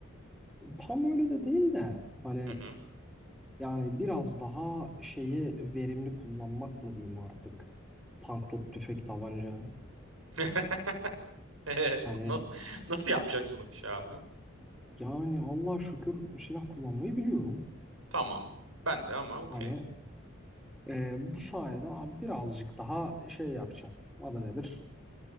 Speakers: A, in the centre; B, on the right.
A: E, Tam öyle de değil de hani
B: Hı hı.
A: Yani biraz daha şeyi verimli kullanmak mı diyeyim artık? Tank, top, tüfek, tabanca.
B: <laughs> Ee,
A: Hani
B: Nasıl nasıl yapacaksın o işi abi?
A: yani Allah şükür silah kullanmayı biliyorum.
B: Tamam. Ben de ama okey.
A: Hani e, bu sayede abi birazcık daha şey yapacağım. Adı nedir?